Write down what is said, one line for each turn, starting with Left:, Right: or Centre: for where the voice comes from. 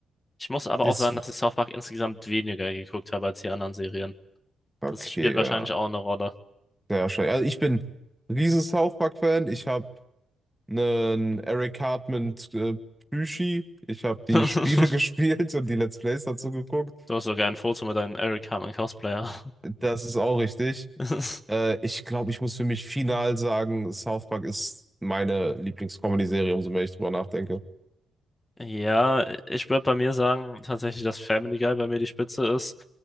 Left: Ich muss aber
Centre: Das,
Left: auch sagen, dass ich South Park insgesamt weniger geguckt habe als die anderen Serien.
Centre: okay,
Left: Das spielt
Centre: ja.
Left: wahrscheinlich auch eine Rolle.
Centre: Sehr wahrscheinlich. Also ich bin riesen South Park-Fan. Ich habe einen Eric Cartman äh, Plüschi. Ich habe die
Left: <laughs>
Centre: Spiele <laughs> gespielt und die Let's Plays dazu geguckt.
Left: Du hast sogar ein Foto mit deinem Eric Carmen Cosplayer.
Centre: Das ist auch richtig.
Left: <laughs>
Centre: Äh, ich glaube, ich muss für mich final sagen, South Park ist meine Lieblings-Comedy-Serie, umso mehr ich drüber nachdenke.
Left: Ja, ich würde bei mir sagen, tatsächlich, dass Family Guy bei mir die Spitze ist.